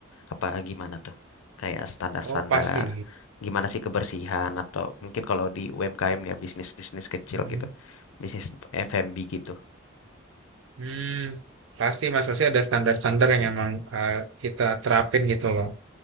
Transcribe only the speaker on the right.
Oh pasti.
Mhm.
Hmm, pasti Mas, pasti ada standar-standar yang emang eh, kita terapin gitu loh.